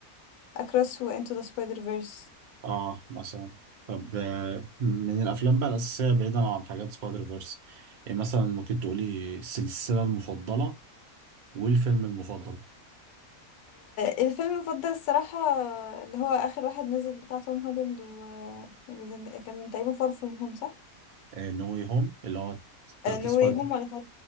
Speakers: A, on the left; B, on the right.
A: اكروس وانتو ذا سبايدر فيرس
B: اه مثلا طب آه، من الافلام بقى الاساسيه بعيدا عن حاجات سبايدر فيرس يعني مثلا ممكن تقولي السلسله المفضله والفيلم المفضل
A: الفيلم المفضل الصراحة اللي هو آخر واحد نزل بتاع توم هولاند و... وزن... كان تقريبا فار فروم هوم صح؟
B: نو واي هوم اللي هو التلاتة
A: نو
B: سبايدر
A: واي هوم ولا فار